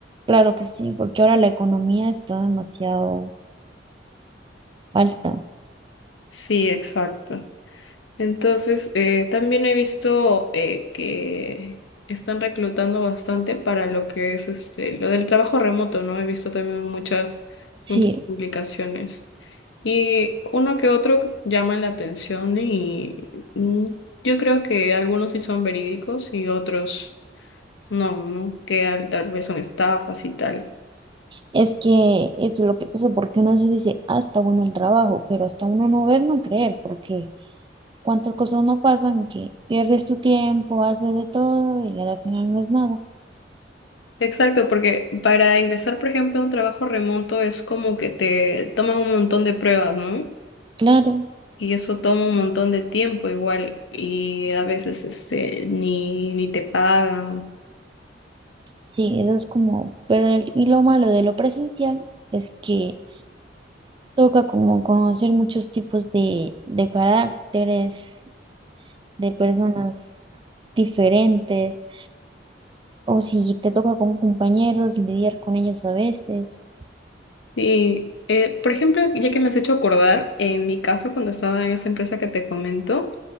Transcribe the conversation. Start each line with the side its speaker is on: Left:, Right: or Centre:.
Right: Claro que sí, porque ahora la economía está demasiado alta.
Left: Sí, exacto. Entonces, eh, también he visto eh, que están reclutando bastante para lo que es este, lo del trabajo remoto, ¿no? He visto también muchas,
Right: Sí,
Left: muchas publicaciones. Y uno que otro llama la atención y mm, yo creo que algunos sí son verídicos y otros no, ¿no? Que al- tal vez son estafas y tal.
Right: es que eso es lo que pasa, porque uno a veces dice, ah, está bueno el trabajo, pero hasta uno no ver, no creer, porque cuántas cosas no pasan que pierdes tu tiempo, haces de todo y al final no es nada.
Left: Exacto, porque para ingresar, por ejemplo, a un trabajo remoto es como que te toman un montón de pruebas, ¿no?
Right: Claro,
Left: Y eso toma un montón de tiempo igual y a veces este, ni, ni te pagan.
Right: Sí, eso es como, pero el- y lo malo de lo presencial es que toca como conocer muchos tipos de, de caracteres, de personas diferentes, o si te toca con compañeros, lidiar con ellos a veces,
Left: Sí, eh, por ejemplo, ya que me has hecho acordar, en mi caso cuando estaba en esta empresa que te comento,